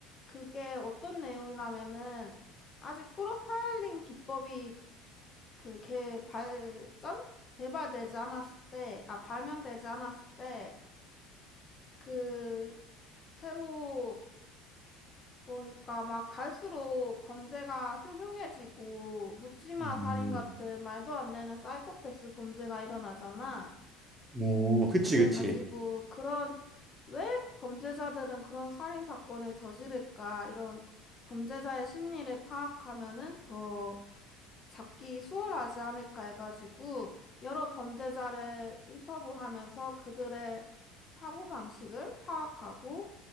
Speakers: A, on the left; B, on the right.
A: 그게 어떤 내용이라면은 아직 프로파일링 기법이 그 개 발전 개발되지 않았을 때 아 발명되지 않았을 때 그 새로 그러니까 막 갈수록 범죄가 흉흉해지고 묻지마
B: 음,
A: 살인 같은 말도 안 되는 사이코패스 범죄가 일어나잖아.
B: 오, 그치,
A: 그래가지고
B: 그치.
A: 그런 왜 범죄자들은 그런 살인 사건을 저지를까 이런 범죄자의 심리를 파악하면은 더 잡기 수월하지 않을까 해가지고 여러 범죄자를 인터뷰하면서 그들의 사고방식을 파악하고